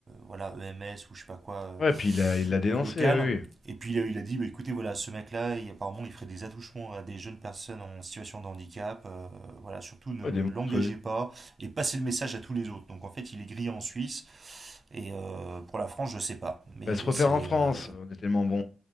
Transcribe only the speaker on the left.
ouais, puis il a, il l'a dénoncé,
oui, oui.
Ouais, des monstruosités.
va se refaire
en France,
on est tellement bon.